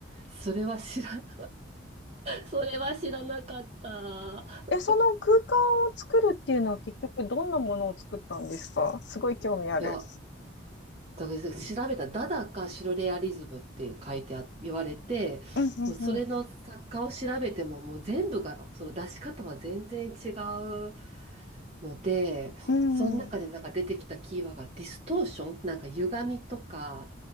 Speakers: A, on the right (about 35°); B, on the left (about 65°).
A: それは知ら、<laughs> それは知らなかった。
B: え、その空間を作るっていうのは結局どんなものを作ったんですかすごい興味ある。
A: いや、だから調べたらダダかシュロレアリズムって書いてあ、言われて、
B: うん
A: もうそれの作家を調べてももう全部が、
B: うん
A: その出し方は全然違うので、
B: うん。
A: その中でなんか出てきたキーワードがディストーション、
B: うん。
A: なんか歪みとか、